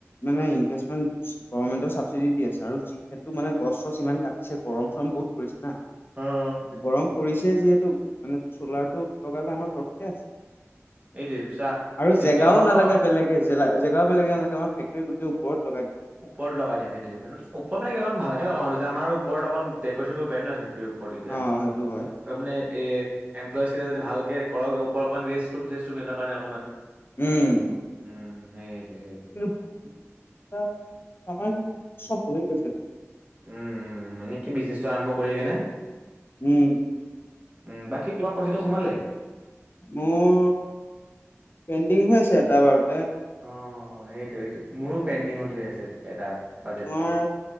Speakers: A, on the left; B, on the right.
A: মানে ইনভেষ্টমেণ্ট গভামেন্টৰ চাবচিডি দি আছে আৰু যিহেতু মানে গছ চছ ইমান কাটিছে, গৰম চৰম বহুত কৈছোঁ না
B: অ', অ'।
A: গৰম পৰিছেই যিহেতু মানে চ'লাৰটো লগালে আমাৰ প্ৰফিটে <unintelligible>
B: এইটোৱে চা
A: আৰু
B: এতিয়া
A: জেগাও
B: লগাব
A: নালাগে বেলেগ। কে জেলা জেগাবিলাকে নালাগে, আমাৰ ফেকটৰী গোটেই ওপৰত লগাই দিম।
B: ওপৰত লগাই দিম সেইটোই, ওপৰত মানে ভালকে লগাম আৰু তেতিয়া আমাৰ ওপৰত অকণ ডেকৰেচন কৰিব পাৰি ন' <unintelligible> ওপৰত এতিয়া
A: অ
B: আৰু
A: সেইটো হয়
B: মানে এ, এমপ্লয়জকেইটা যদি ভালকে কৰক ওপৰত অকমান ৰেষ্ট ৰুম চেষ্ট ৰুম সিহঁতৰ কাৰণে অকণমান।
A: উম।
B: উম, সেইটোৱে, সেই
A: কিন্তু <unintelligible> আমাৰ চব হৈ গৈছে।
B: উম, উম, এনে কি বিজনেছটো আৰম্ভ কৰি কেনে
A: উম।
B: উম, বাকী তোমাৰ পইচাটো সোমালে?
A: মোৰ পেণ্ডিং হৈ আছে এটা বাৰু
B: অ' সেইটো সেইটো, মোৰো পেণ্ডিঙত হৈ আছে এটা। বাজেটটা।
A: তোমাৰ